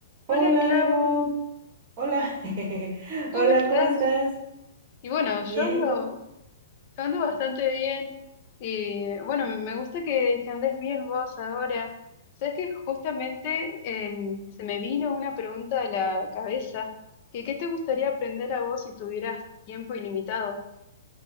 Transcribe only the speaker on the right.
Hola,
Debo. Hola. <laughs>
Hola,
¿cómo estás?
Bien,
¿y tú?